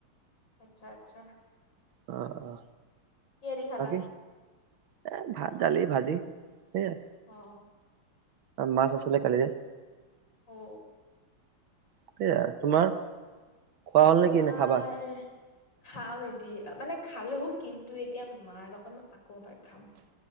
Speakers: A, on the left; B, on the right.
A: আচ্ছা আচ্ছা।
B: অ অ
A: কিহেদি খালা?
B: বাকি? এ ভাত, দালি, ভাজি সেইয়াই।
A: অ।
B: মাছ আছিলে কালিৰে।
A: অ।
B: টোৱে আৰ। তোমাৰ? খোৱা হ'ল নেকি
A: আমাৰ
B: নে খাবা
A: খাম এটি মানে খালো কিন্তু এতিয়া মাৰ লগত মই আকৌ এবাৰ খাম।